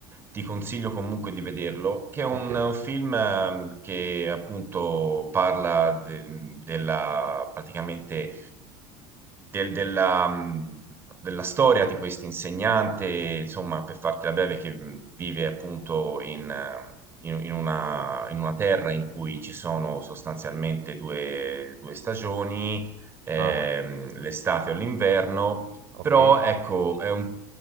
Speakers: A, on the right; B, on the right.
A: ti consiglio comunque di vederlo, che è un,
B: Ok,
A: un film ehm, che appunto parla de- della, praticamente del- della, mh, della storia di questo insegnante, insomma, per fartela breve, che mh, vive appunto in, eh, in- in una, in una terra in cui ci sono sostanzialmente due, due stagioni, ehm,
B: ah,
A: l'estate o l'inverno,
B: ok,
A: però ecco, è un,